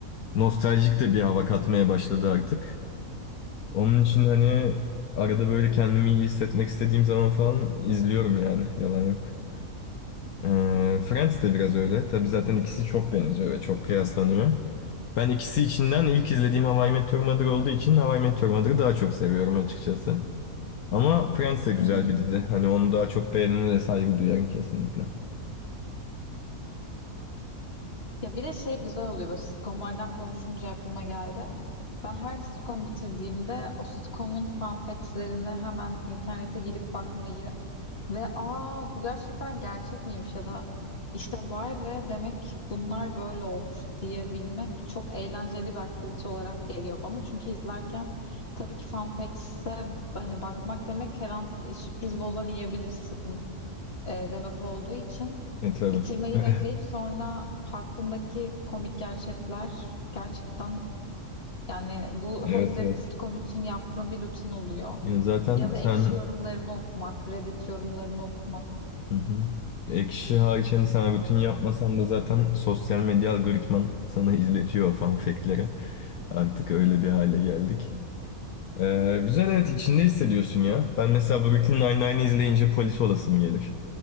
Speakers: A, on the left (about 70°); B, on the left (about 40°).
A: nostaljik de bir hava katmaya başladı artık. Onun için hani arada böyle kendimi iyi hissetmek istediğim zaman falan izliyorum yani yalan yok. Ee, Friends de biraz öyle. Tabii zaten ikisi çok benziyor ve çok kıyaslanıyor. Ben ikisi içinden ilk izlediğim How I Met Your Mother olduğu için How I Met Your Mother'ı daha çok seviyorum açıkçası. Ama Friends de güzel
B: Hı hı.
A: bir dizi. Hani onu daha çok beğenene de saygı duyarım kesinlikle.
B: Ya bir de şey güzel oluyor böyle sitcomlardan konuşunca aklıma geldi. Ben her sitcom bitirdiğimde o sitcomun fun facts'lerini hemen internete girip bakmayı ve aa bu gerçekten gerçek miymiş ya da işte vay be demek bunlar böyle olmuş diyebilmek çok eğlenceli bir aktivite olarak geliyor bana. Çünkü izlerken tabii ki fun facts'e hani bakmak demek her an e, sürpriz bozan yiyebilirsin e, demek olduğu için
A: E tabii.
B: bitirmeyi
A: <laughs>
B: bekleyip sonra hakkındaki komik gerçekler gerçekten yani bu
A: Evet
B: her izlediğim
A: evet.
B: sitcom için yaptığım bir rutin oluyor.
A: Ya zaten
B: Ya da
A: sen
B: ekşi yorumlarını okumak, Reddit yorumlarını okumak.
A: hı hı. Ekşi hariç hani sen rutin yapmasan da zaten sosyal medya algoritman sana izletiyor o fun fact'leri. Artık öyle bir hale geldik. Ee, güzel evet içinde hissediyorsun ya. Ben mesela Brooklyn Nine-Nine'i izleyince polis olasım gelir.